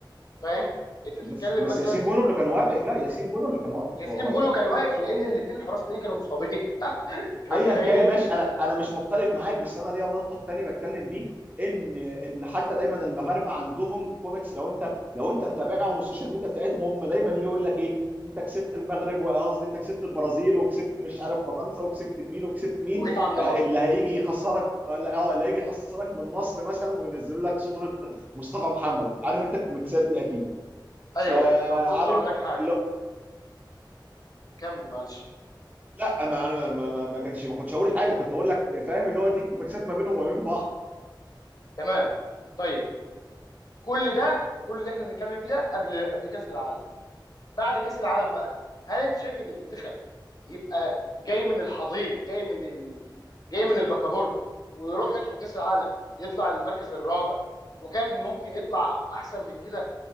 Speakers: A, on the left (about 50°); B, on the right (about 20°).
A: فاهم انت بتتكلم
B: بس بس
A: مثلا
B: ياسين بونو اللي كان واقف لا ياسين بونو اللي كان واقف
A: ياسين
B: وقتها
A: بونو كان واقف لان الاثنين الحراس التانيين كانوا مصابين <laughs> انت متخيل
B: ايا كان ماشي انا انا مش مختلف معاك بس انا ليا منطق تاني بتكلم بيه ان ان حتى دايما المغاربه عندهم كوميكس لو انت لو انت متابعهم والسوشيال ميديا بتاعتهم هم دايما يجي يقول لك ايه انت كسبت المغرب وقصدي انت كسبت البرازيل وكسبت مش عارف فرنسا وكسبت مين وكسبت مين
A: وجيت عند
B: آه
A: مصر
B: اللي هيجي يخسرك اه لا، آه، اللي هيجي يخسرك من مصر مثلا وينزلوا لك صوره مصطفى محمد عارف انت الكوميكسات دي اكيد
A: ايوه
B: آه
A: طب بص
B: عارف
A: هقول لك حاجه
B: اللي-
A: كمل معلش
B: لا ما انا ما ما, ما كانش ما كنتش هقول حاجه كنت اقول لك فاهم اللي هو دي مكسات ما بينهم وما بين بعض
A: تمام طيب كل ده كل اللي احنا بنتكلم فيه ده قبل قبل كاس العالم بعد كاس العالم بقى هل انت شايف ان المنتخب يبقى جاي من الحضيض جاي من ال... جاي من البكابورت ويروح يدخل كاس العالم يطلع المركز الرابع وكان ممكن يطلع احسن من كده